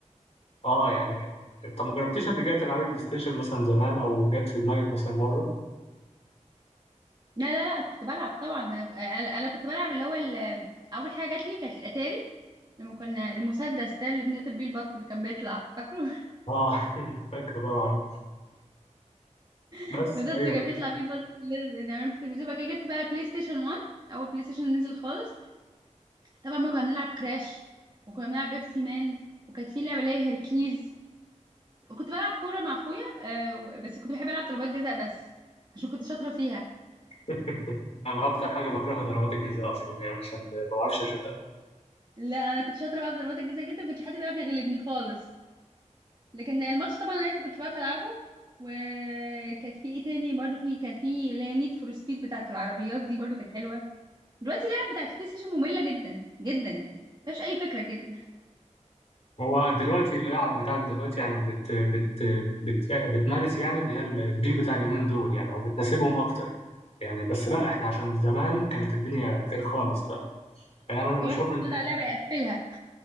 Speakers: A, on the left; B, on the right.
A: اه يعني طب ما جربتيش قبل كده تلعبي بلاي ستيشن مثلا زمان او جت في دماغك مثلا مره
B: لا لا لا كنت بلعب طبعا انا أنا كنت بلعب اللي هو ال- اول حاجه جات لي كانت الاتاري لما كنا المسدس ده اللي بنقتل بيه البط اللي كان بيطلع فاكره <laughs>
A: اه <laughs> فاكره طبعا بس
B: المسدس
A: ايوه
B: اللي كان بيطلع بيه البط اللي اللي بنعمله في التلفزيون بعد كده جبت بقى بلاي ستيشن 1 اول بلاي ستيشن نزل خالص طبعا بقى كنا بنلعب كراش وكنا بنلعب بيبسي مان وكانت في لعبه اللي هي هيركليز وكنت بلعب كوره مع اخويا آه، و- بس كنت بحب العب ضربات جزاء بس عشان كنت شاطره فيها
A: <laughs> انا اكتر حاجه بكرهها ضربات الجزاء اصلا يعني عشان ما بعرفش اشوتها
B: لا انا كنت شاطره بقى في ضربات الجزاء جدا ما كانش حد بيعرف يغلبني خالص لكن الماتش طبعا انا ما كنتش بعرف العبه وكانت في ايه تاني برضو في كان في اللي هي نيد فور سبيد بتاعت العربيات دي برضو كانت حلوه دلوقتي اللعب بتاعت البلاي ستيشن ممله جدا جدا يعني مفيهاش اي فكره كده
A: هو دلوقتي اللعب بتاعت دلوقتي يعني بت بت بت يعني بتمارس يعني اللي هي الجيل بتاع اليومين دول يعني او بتناسبهم اكتر يعني بس لا احنا عشان زمان كانت الدنيا غير خالص ف- فيعني انا
B: <laughs>
A: بشوف
B: الواحد كان
A: ان
B: بيطلع لعبه يقفلها